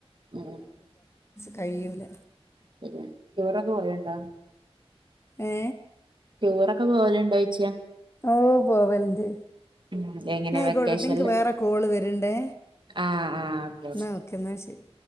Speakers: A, on the right (about 50°); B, on the left (about 25°).
A: ഉം
B: കഴില
A: ശരിയാണ് ചോറൊക്കെ പോയുണ്ടാ
B: ഏ
A: ട്യൂറോക്കെ പോവലുണ്ടോ ച്ചിയാ
B: ഓ പോവലുണ്ട്.
A: ഉം എങ്ങനെ
B: ന്നായ്ക്കോട്ട
A: വെക്കേഷനില്
B: എക്ക് വേറെ കോള് വരണ്ടോ
A: ആ ആ ഓക്കെ
B: എന്ന ഓക്കെ എന്നാ ശരി